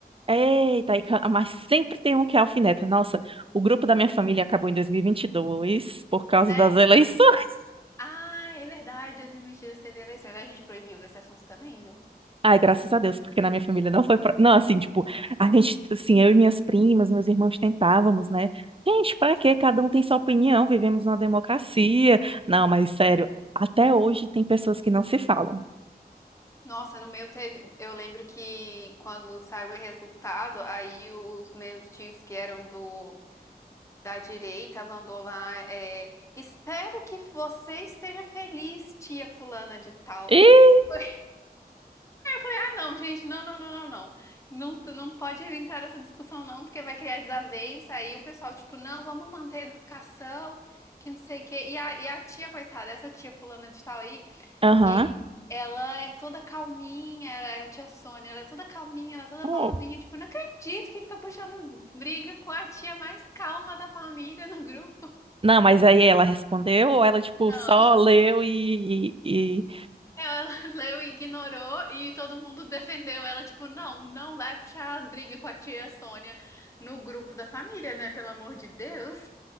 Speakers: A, on the right (about 35°); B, on the left (about 15°).
A: Eita, e ca- mas sempre tem um que é alfineta. Nossa, o grupo da minha família acabou em 2022 por causa
B: né?
A: das eleições.
B: Ah, é verdade, 2022 teve eleições, a gente proibiu esse assunto também, viu?
A: Ai, graças a Deus, porque na minha família não foi. Pra... Não, assim, tipo, a gente, assim, eu e minhas primas, meus irmãos tentávamos, né? Gente, pra quê? Cada um tem sua opinião, vivemos numa democracia. Não, mas sério, até hoje tem pessoas que não se falam.
B: Nossa, no meu teve. Eu lembro que quando saiu o resultado, aí os meus tios que eram do da direita mandou lá. é, Espero que você esteja feliz, tia fulana de tal.
A: Ih,
B: Foi, Ah, não, gente, não, não, não, não, não. Não, tu não pode entrar nessa discussão, não, porque vai criar desavença. Aí o pessoal, tipo, não, vamos manter a educação, que não sei o quê. E a, e a tia, coitada, essa tia fulana de tal aí
A: Aham.
B: que ela é toda calminha, é a tia Sônia, ela é toda calminha, ela é toda
A: oh,
B: boazinha, tipo, não acredito que ele tá puxando briga com a tia mais calma da família no grupo.
A: Não, mas aí ela respondeu, ou ela, tipo,
B: Não.
A: só leu e, e... e-
B: Ela <laughs> leu e ignorou e todo mundo defendeu ela, tipo, não, não vai puxar briga com a tia Sônia no grupo da família, né? Pelo amor de Deus.